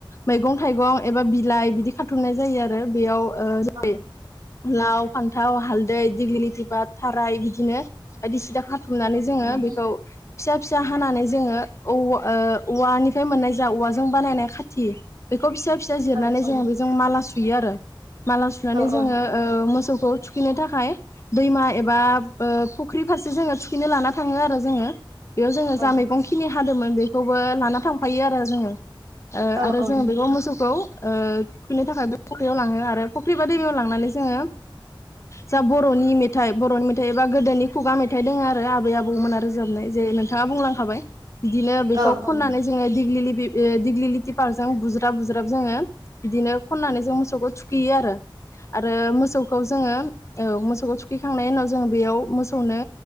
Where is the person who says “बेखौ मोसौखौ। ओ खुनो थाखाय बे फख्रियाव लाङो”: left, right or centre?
Left